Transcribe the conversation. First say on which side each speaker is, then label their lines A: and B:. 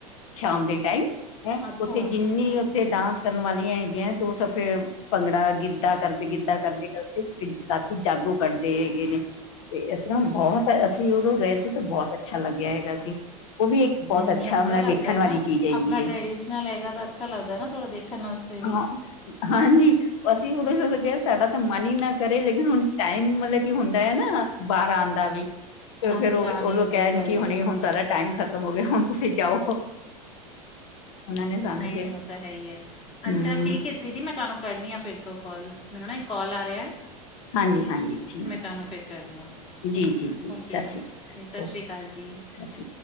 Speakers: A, on the left; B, on the left.
A: ਸ਼ਾਮ ਦੇ ਟਾਈਮ ਹੈ
B: ਅੱਛਾ
A: ਉਥੇ ਜਿੰਨੀ ਉਥੇ ਡਾਂਸ ਕਰਨ ਵਾਲੀਆਂ ਹੈਗੀਆਂ ਤੇ ਉਹ ਫਿਰ ਭੰਗੜਾ ਗਿੱਧਾ ਕਰਦੇ ਗਿੱਧਾ ਕਰਦੇ- ਕਰਦੇ ਰਾਤੀ ਜਾਗੋ ਕੱਢਦੇ ਹੈਗੇ ਨੇ। ਤੇ ਇਸ ਤਰ੍ਹਾਂ ਬਹੁਤ ਅਸੀ ਉਦੋ ਗਏ ਸੀ ਤੇ ਬਹੁਤ ਅੱਛਾ ਲਗਿਆ ਹੈਗਾ ਸੀ। ਉਹ ਵੀ ਇੱਕ ਬਹੁਤ
B: ਨਹੀ ਨਹੀ ਅੱਛਾ
A: ਮਤਲਬ
B: ਲਗਦਾ
A: ਵੇਖਣ ਵਾਲੀ
B: ਨਾ
A: ਚੀਜ਼ ਹੈਗੀ
B: ਆਪਣਾ ਟ੍ਰੈਡੀਸ਼ਨਲ
A: ਏ
B: ਹੈਗਾ ਤਾਂ ਅੱਛਾ ਲਗਦਾ ਥੋੜ੍ਹਾ ਦੇਖ‍ ਕਸਤੇ ਵੀ
A: ਹਾਂ
B: <unintelligible>
A: ਹਾਂਜੀ ਅਸੀ ਉਦੋ ਦੋ ਗਏ ਸਾਡਾ ਤਾਂ ਮਨ ਹੀ ਨਾ ਕਰੇ ਲੇਕਿਨ ਹੁਣ ਟਾਈਮ ਮਤਲਬ ਕੀ ਹੁੰਦਾ ਹੈ ਨਾ ਬਾਹਰ ਆਉਣ ਦਾ ਵੀ। ਤੇ
B: ਹਾਂਜੀ
A: ਫਿਰ ਉਹ
B: ਹਾਂ ਨਹੀਂ ਸਹੀ
A: ਕਹਿਣ
B: ਗੱਲ
A: ਕਿ
B: ਹੈ
A: ਹੁਣ- ਹੁਣ ਤਾ ਟਾਈਮ ਖਤਮ ਹੋਗੇ ਹੁਣ ਤੁਸੀ ਜਾਓ। ਉਹਨਾਂ ਨੇ ਸਾਨੂੰ
B: ਨਹੀ
A: ਫਿਰ
B: ਨਹੀ ਉਹ ਤਾਂ ਹੈ ਹੀ ਹੈ ਅੱਛਾ
A: ਹਮ
B: ਠੀਕ ਹੈ ਦੀਦੀ ਮੈ ਤੁਹਾਨੂੰ ਕਰਨੀ ਆ ਫਿਰ ਤੋ ਕਾਲ ਮੈਨੂੰ ਨਾ ਕਾਲ ਆ ਰਿਹਾ
A: ਹਾਂਜੀ ਹਾਂਜੀ ਠੀਕ
B: ਮੈ ਤੁਹਾਨੂੰ ਫੇਰ ਕਰਦੀ ਹਾ।
A: ਜੀ ਜੀ ਜੀ
B: ਓਕੇ
A: ਸਤਿ ਸ਼੍ਰੀ
B: ਸਤਿ ਸ਼੍ਰੀ
A: ਓਕੇ
B: ਅਕਾਲ ਜੀ।
A: ਸਤਿ ਸ਼੍ਰੀ ਅਕਾਲ।